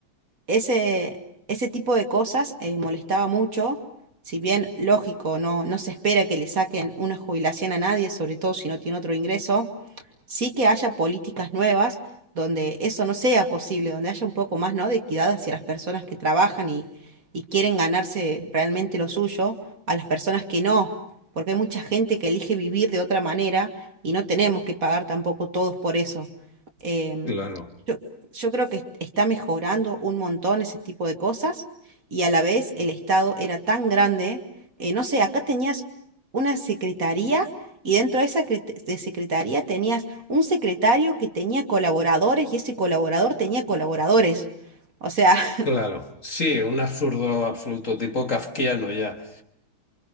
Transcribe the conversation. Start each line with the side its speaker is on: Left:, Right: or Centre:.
Right: Ese, ese tipo de cosas eh, molestaba mucho, si bien lógico, no, no se espera que le saquen una jubilación a nadie, sobre todo si no tiene otro ingreso sí que haya políticas nuevas donde eso no sea posible, donde haya un poco más, ¿no? de equidad hacia las personas que trabajan y, y quieren ganarse realmente lo suyo, a las personas que no, porque hay mucha gente que elige vivir de otra manera y no tenemos que pagar tampoco todos por eso. Em,
Left: Claro,
Right: yo, yo creo que está mejorando un montón ese tipo de cosas y a la vez el Estado era tan grande, eh, no sé, acá tenías una secretaría y dentro de esa cre- de secretaría tenías un secretario que tenía colaboradores y ese colaborador tenía colaboradores. O sea, <laughs>
Left: claro. Sí, un absurdo absoluto, tipo kafkiano ya.